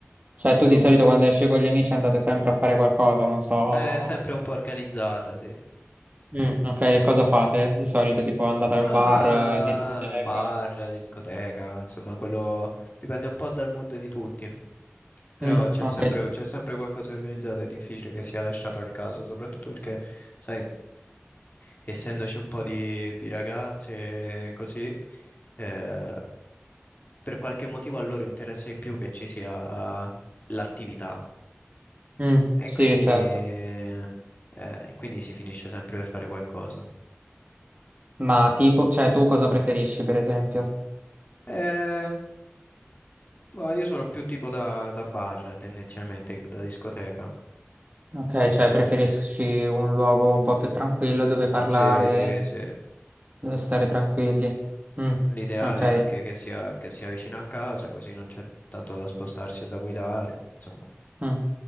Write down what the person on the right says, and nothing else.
Cioè, tu
di solito
quando esci con gli amici andate sempre a fare qualcosa, non so.
Mm. Ok, e cosa fate? Di solito, tipo, andate a
un bar, eh, discoteca.
Mm,
ok.
Mm,
sì,
certo.
Ma tipo, cioè, tu cosa preferisci, per esempio?
Ok, cioè, preferisci un luogo un po' più tranquillo dove parlare,
dove stare tranquilli. Mm,
ok.
Mm,